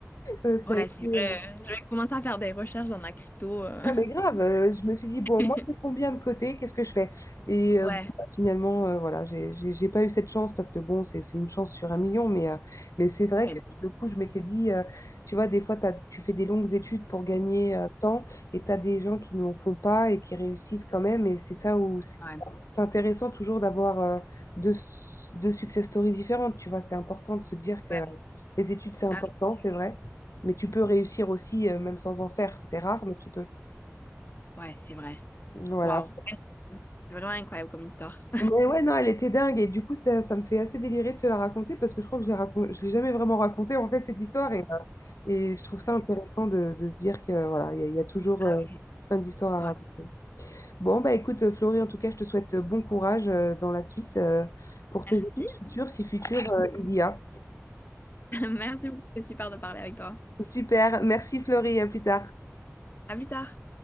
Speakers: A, on the left; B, on the left.
A: Euh,
B: ouais,
A: ça a été,
B: c'est vrai.
A: euh,
B: euh, Je vais commencer à faire des recherches dans la crypto. euh.
A: Non, mais grave, euh, je me suis dit, bon,
B: <laughs>
A: moi, j'ai combien de côté, qu'est-ce que je fais? Et euh,
B: Ouais,
A: bon, bah, finalement, euh, voilà, j'ai j'ai- j'ai pas eu cette chance parce que, bon, c'est c'est une chance sur un million, mais, euh, mais c'est vrai
B: ouais,
A: que sur le coup, je m'étais dit, euh, tu vois, des fois, t'as- tu fais des longues études pour gagner euh, tant et tu as des gens qui n'en font pas et qui réussissent quand même. Et c'est ça où c'est
B: ouais,
A: enfin, c'est intéressant toujours d'avoir euh, deux, s- deux success stories différentes, tu vois, c'est important de se dire que
B: ouais,
A: les études, c'est important,
B: Ah oui, c'est
A: c'est
B: sûr.
A: vrai, mais tu peux réussir aussi, euh, même sans en faire, c'est rare, mais tu peux.
B: ouais, c'est vrai.
A: Voilà.
B: Wow, c'est vraiment incroyable comme histoire.
A: Mais ouais, non, elle était dingue. Et du coup, ça, ça me fait assez délirer de te la raconter parce que je crois que je l'ai racon- je l'ai jamais vraiment racontée, en fait, cette histoire. Et, euh, et je trouve ça intéressant de, de se dire que voilà, il y, a il y a toujours
B: Ah
A: euh,
B: oui,
A: plein d'histoires à
B: ouais.
A: raconter. Bon, bah écoute, euh, Florie, en tout cas, je te souhaite euh, bon courage euh, dans la suite euh, pour tes
B: Merci.
A: études futures, si futures euh, il y a.
B: <laughs> Merci beaucoup, c'était super de parler avec toi.
A: Super. Merci, Florie. À plus tard.
B: À plus tard.